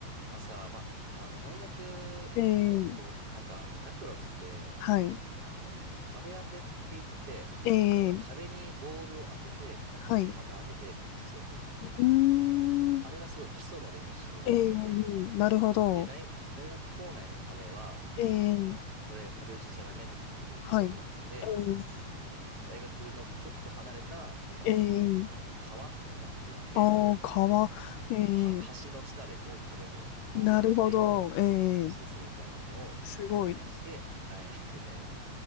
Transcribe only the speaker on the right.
朝、まあ、あの、大学、
えっと、こう、なんか、ラクロスって、
あの、壁当てって言って、
なんか壁にボールを当てて、キャッチして、
また当てて、キャッチしてみたいな。
あれがすごい基礎の練習なんですよね。
で、大、大学校内の壁は、
あの、それ、壁打ちしちゃダメっていう規則だったんで、
大学のちょっと離れた、なんか、
あの、川みたいなとこ行って、
は、橋の下でこう壁にボールを当てて、
練習するみたいなのを朝からして、
はい、<laughs> みたいな